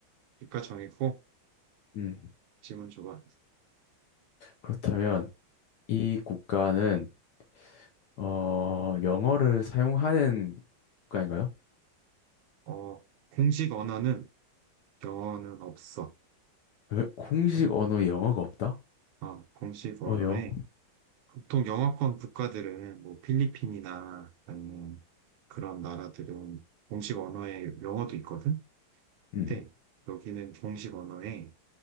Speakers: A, on the right (about 80°); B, on the left (about 70°).
A: 국가 정했고
B: 음,
A: 질문 줘봐.
B: 그렇다면 이 국가는 어, 영어를 사용하는 국가인가요?
A: 어, 공식 언어는 영어는 없어.
B: 어, 공식 언어 영어가 없다?
A: 어, 공식 언어에
B: 어, 영.
A: 보통 영어권 국가들은 뭐 필리핀이나 아니면 그런 나라들은 공식 언어에 영어도 있거든? 근데
B: 음.
A: 여기는 공식 언어에